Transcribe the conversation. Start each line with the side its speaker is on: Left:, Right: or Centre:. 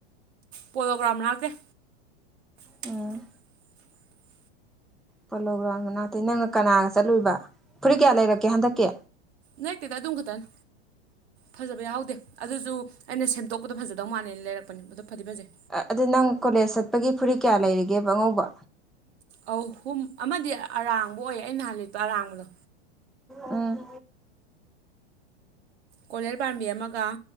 Right: ꯄꯣꯂꯣꯒ꯭ꯔꯥꯎꯟ ꯃꯅꯥꯛꯇꯩ <inaudible>
Centre: ꯎꯝ ꯄꯣꯂꯣ ꯒ꯭ꯔꯥꯎꯟ ꯃꯅꯥꯛꯇꯩ ꯅꯪꯅ ꯀꯅꯥꯒ ꯆꯠꯂꯨꯕ ꯐꯨꯔꯤꯠ ꯀꯌꯥ ꯂꯩꯔꯛꯀꯦ ꯍꯟꯗꯛꯀꯤ
Right: ꯅꯠꯇꯦꯗ ꯑꯗꯨꯝ ꯈꯛꯇꯅꯦ ꯐꯖꯕ ꯌꯥꯎꯍꯧꯗꯦ ꯑꯗꯨꯁꯨ ꯑꯩꯅ ꯁꯦꯝꯗꯣꯛꯄꯗꯣ ꯐꯖꯗꯧ ꯃꯥꯜꯂꯦꯅ ꯂꯩꯔꯛꯄꯅꯤ ꯑꯗꯨ ꯐꯗꯤ ꯐꯖꯩ
Centre: ꯑꯗꯨ ꯅꯪ ꯀꯣꯂꯦꯖ ꯆꯠꯄꯒꯤ ꯐꯨꯔꯤꯠ ꯀꯌꯥ ꯂꯩꯔꯤꯒꯦꯕ ꯑꯉꯧꯕ
Right: ꯑꯧ ꯍꯨꯝ ꯑꯃꯗꯤ ꯑꯔꯥꯡꯕ ꯑꯣꯏ ꯑꯩ ꯅꯍꯥꯟ ꯂꯤꯠꯄ ꯑꯔꯥꯡꯕꯗꯣ
Centre: ꯑꯝ
Right: ꯀꯣꯂꯔ ꯄꯥꯟꯕꯤ ꯑꯃꯒ